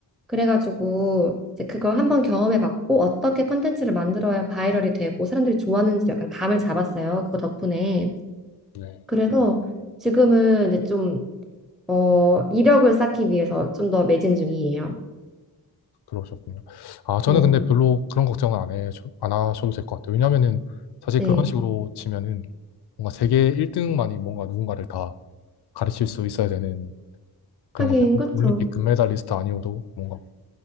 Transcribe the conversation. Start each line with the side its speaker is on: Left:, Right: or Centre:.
Centre: 그래가지고 이제 그걸 한번 경험해봤고 어떻게 컨텐츠를 만들어야 바이럴이 되고 사람들이 좋아하는지 약간 감을 잡았어요. 그거 덕분에.
Left: 네.
Centre: 그래서 지금은 이제 좀 어, 이력을 쌓기 위해서 좀 더 매진 중이에요.
Left: 들어오셨군요. 아, 저는
Centre: 네.
Left: 근데 별로 그런 걱정은 안 해, 안 하셔도 될 것 같아요. 왜냐면은 사실
Centre: 네.
Left: 그런 식으로 치면은 뭔가 세계 1등만이 뭔가 누군가를 다 가르칠 수 있어야 되는 그런
Centre: 하긴
Left: 거잖아요. 올-
Centre: 그렇죠.
Left: 올림픽 금메달리스트 아니어도 뭔가